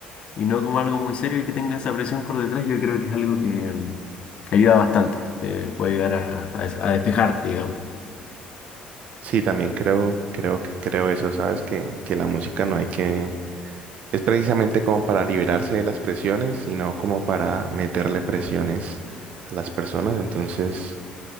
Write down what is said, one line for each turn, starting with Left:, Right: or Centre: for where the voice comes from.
Left: y no como algo muy serio y que tenga esa presión por detrás. Yo creo que es algo que, mm, que ayuda bastante, te puede ayudar a, a des- a despejarte, digamos.
Right: Sí, también creo, creo que creo eso, ¿sabes? Que, que la música no hay que... Es precisamente como para liberarse de las presiones, sino como para meterle presiones a las personas. Entonces,